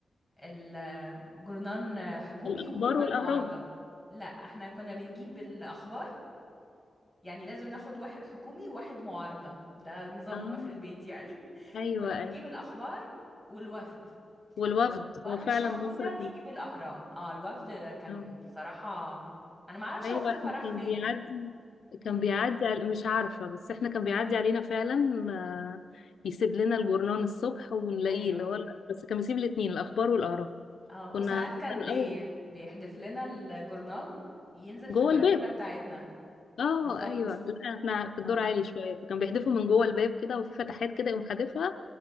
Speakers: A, in the centre; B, on the left.
A: الجورنال حكومي
B: الاخبار
A: وجورنال
B: والاهرام
A: معارضة لا احنا كنا بنجيب الأخبار يعني لازم ناخد واحد حكومي وواحد معارضة ده نظامنا
B: اه
A: في البيت يعني <laughs>
B: ايوه
A: كنا بنجيب
B: ايوه
A: الأخبار والوفد
B: والوفد
A: لو الأخبار
B: هو فعلا
A: مش موجودة
B: مصر
A: نجيب الأهرام اه الوفد كان
B: كلها
A: بصراحة أنا ما اعرفش
B: ايوه
A: هو اختفى
B: احنا
A: راح
B: كان
A: فين
B: بيعدي
A: امم
B: كان بيعدي على مش عارفه بس احنا كان بيعدي علينا فعلا آه، يسيب لنا الجورنان الصبح ونلاقيه
A: ايوه
B: اللي هو بس كان بيسيب الاثنين الاخبار والاراء
A: اه
B: كنا
A: وساعات
B: كان
A: كان بي...
B: اول
A: بيحدف لنا الجورنال ينزل
B: جوه
A: في البلكونة
B: الباب
A: بتاعتنا
B: اه
A: بالظبط
B: ايوه لا احنا في الدور
A: اه
B: عالي شويه فكان بيحدفه من جوه الباب كده وفي فتحات كده يقوم حادفها